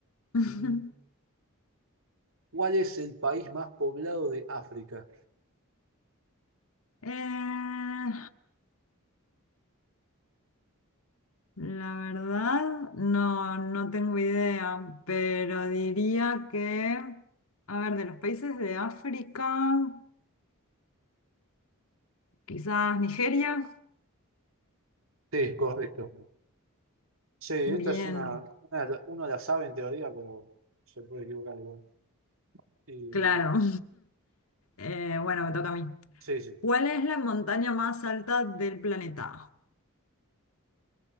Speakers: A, on the left; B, on the right.
A: <laughs>
B: Mm, ¿Cuál es el país más poblado de África?
A: Eh, La verdad, no, no tengo idea, pero diría que, a ver, de los países de África, quizás Nigeria.
B: Sí, correcto. Sí, esta
A: Bien,
B: es una, una- uno la sabe en teoría, pero se puede equivocar igual. Y,
A: claro. <laughs> Eh, bueno, me toca a mí.
B: sí, sí.
A: ¿Cuál es la montaña más alta del planeta?